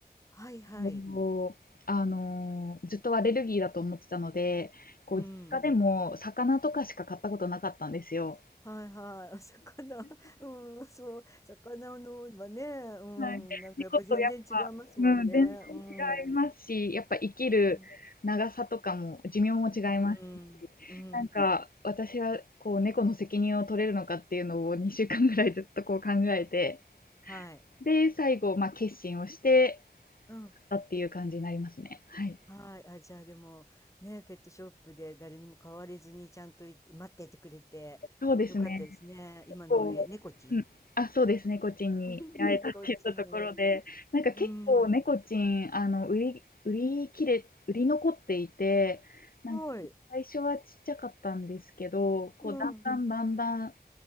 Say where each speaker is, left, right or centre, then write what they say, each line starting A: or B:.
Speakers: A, on the left (about 20°); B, on the left (about 65°).
A: はいはい。
B: こうあのーずっとアレルギーだと思ってたので、こう、
A: うん。
B: 実家でも魚とかしか買ったことなかったんですよ。
A: はいはい。<laughs> お魚、うん、そう。魚のはね、うん、
B: はい。
A: なんかやっぱ全然違いますもんね。
B: 猫とやっぱ、うん、全然違いますし、
A: うん。
B: やっぱ生きる長さとかも、
A: うん。
B: 寿命も違いますし、
A: うん。うん。
B: なんか、私はこう、猫の責任を取れるのかっていうのを2週間ぐらいずっとこう考えて、
A: はい。
B: で、最後、まあ、決心をして
A: うん。
B: たっていう感じになりますね。はい。
A: はい。あ、じゃあでも、ね、ペットショップで誰にも買われずにちゃんといて待っていてくれてよかったですね。
B: そうですね。
A: 今の、
B: こううん。
A: え、猫ちん
B: あ、そうですね、猫ちんに出会えたって言ったところで、
A: <laughs> 猫ちん。
B: なんか結構猫ちん、
A: うん。
B: あの、売り売り切れ売り残っていて、なんか最初はちっちゃかったんですけど、
A: はい。
B: こう、
A: うん。
B: だんだんだんだん、